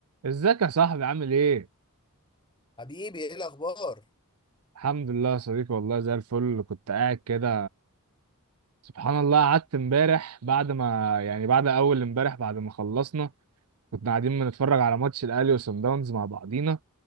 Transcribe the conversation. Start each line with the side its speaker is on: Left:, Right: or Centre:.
Right: ازيك يا صاحبي عامل ايه
Left: حبيبي ايه الاخبار
Right: الحمد لله يا صديقي والله زي الفل كنت قاعد كده سبحان الله قعدت امبارح بعد ما يعني بعد اول امبارح بعد ما خلصنا كنا قاعدين بنتفرج على ماتش الاهلي وصن داونز مع بعضينا